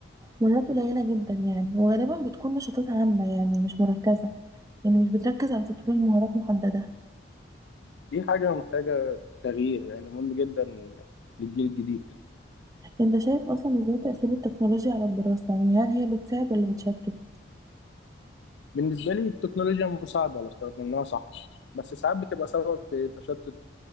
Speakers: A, on the right; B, on the left.
A: مهارات قليلة جدا يعني وغالبا بتكون نشاطات عامة يعني مش مركزة يعني مش بتركز على تطوير مهارات محددة
B: دي حاجة محتاجة تغيير يعني مهم جدا للجيل الجديد
A: انت شايف اصلا ازاي تأثير التكنولوجيا على الدراسة يعني هل هي بتساعد ولا بتشتت
B: بالنسبة لي التكنولوجيا مساعدة لو استخدمناها صح بس ساعات بتبقى سبب في تشتت